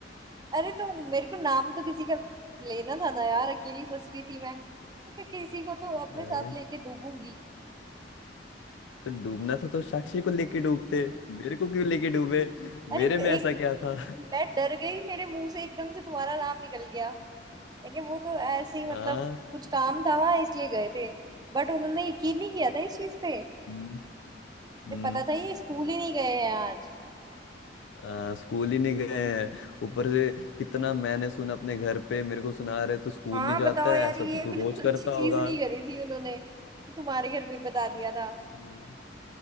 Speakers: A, on the right; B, on the left.
A: अरे तो मेरे को नाम तो किसी का लेना था ना यार अकेली फंस रही थी मैं तो क्या किसी को तो अपने
B: अरे
A: साथ लेके डूबूंगी
B: तो डूबना था तो साक्षी को लेके डूबते मेरे को क्यों लेके डूबे
A: अरे
B: मेरे में ऐसा
A: एक
B: क्या था
A: मैं डर गई मेरे मुंह से एकदम से तुम्हारा नाम निकल गया मैं क्या वो तो ऐसे
B: <laughs>
A: ही
B: हाँ
A: मतलब कुछ काम था वहां इसलिए गए थे बट उन्होंने यकीन नहीं किया था इस चीज पे
B: हम्म
A: उन्हें
B: हम्म।
A: पता था ये स्कूल ही नहीं गए हैं आज
B: आ, स्कूल ही नहीं गए हैं ऊपर से कितना मैंने सुना अपने घर पे मेरे को सुना रहे तू स्कूल
A: हाँ
B: नहीं जाता
A: बताओ यार
B: है ऐसा
A: ये
B: तो तू
A: बिल्कुल
B: रोज
A: अच्छी
B: करता
A: चीज
B: होगा
A: नहीं करी थी उन्होंने कि तुम्हारे घर पे बता दिया था
B: हम्म।